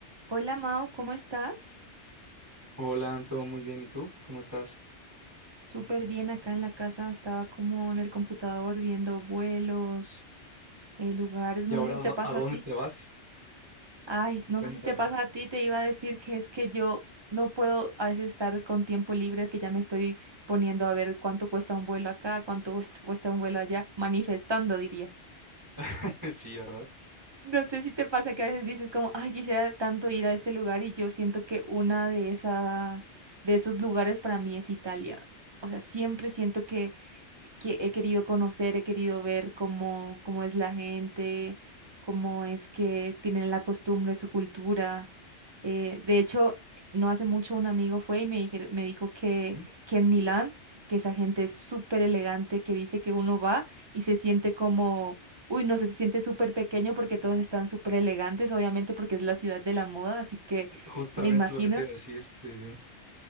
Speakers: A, on the right (about 35°); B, on the right (about 20°).
A: Hola Mao, ¿cómo estás?
B: Hola, Anto, muy bien. ¿Y tú? ¿Cómo estás?
A: Súper bien acá en la casa, estaba como en el computador viendo vuelos, eh, lugares,
B: ¿Y
A: no
B: ahora
A: sé si
B: a dó-
A: te pasa
B: a dónde
A: a ti.
B: te vas?
A: Ay, no
B: Cuéntame.
A: sé si te pasa a ti, te iba a decir que es que yo no puedo a veces estar con tiempo libre, que ya me estoy poniendo a ver cuánto cuesta un vuelo acá, cuánto cuest- cuesta un vuelo allá, manifestando, diría.
B: <laughs> Sí, ¿verdad?
A: No sé si te pasa que a veces dices como, ay, quisiera tanto ir a este lugar y yo siento que una de esa, de esos lugares para mí es Italia. O sea, siempre siento que, que he querido conocer, he querido ver cómo, cómo es la gente, cómo es que tienen la costumbre, su cultura. Eh, de hecho, no hace mucho un amigo fue y me dijer- me dijo que,
B: ¿Mm?
A: que en Milán, que esa gente es súper elegante, que dice que uno va y se siente como, uy, no sé, se siente súper pequeño porque todos están súper elegantes, obviamente porque es la ciudad de la moda, así que
B: Justamente
A: me imagino,
B: lo que te iba a decir, sí, sí,